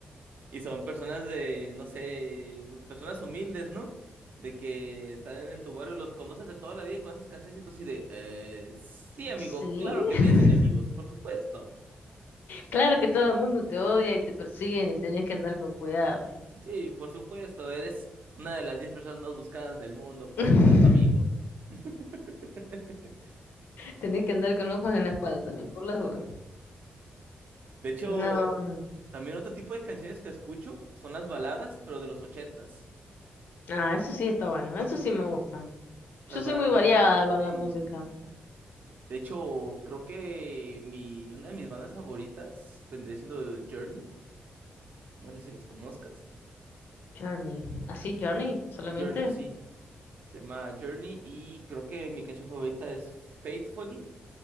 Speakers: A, on the right; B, on the left.
A: Y son personas de, no sé, pues personas humildes, ¿no? De que están en tu barrio, los conoces de toda la vida y con esas canciones y tú así de, eh, sí, amigo,
B: Sí.
A: claro que
B: <laughs>
A: tienes enemigos, por supuesto.
B: Claro que todo el mundo te odia y te persiguen y tenés que andar con cuidado.
A: Sí, por supuesto, eres una de las 10 personas más buscadas del mundo, por
B: <laughs>
A: supuesto, amigo. <laughs>
B: Tenés que andar con ojos en la espalda también, por las dudas.
A: De hecho,
B: No,
A: también otro tipo de canciones que escucho son las baladas, pero de los ochentas.
B: ah, eso sí está bueno, eso sí me gusta.
A: Las
B: Yo soy
A: baladas
B: muy variada
A: de los ochentas.
B: con
A: Sí.
B: la música.
A: De hecho, creo que mi, una de mis bandas favoritas vendría siendo Journey. No sé si los conozcas.
B: Journey, ¿así Journey solamente?
A: Journey, sí. Se llama Journey y creo que mi canción favorita es Faithfully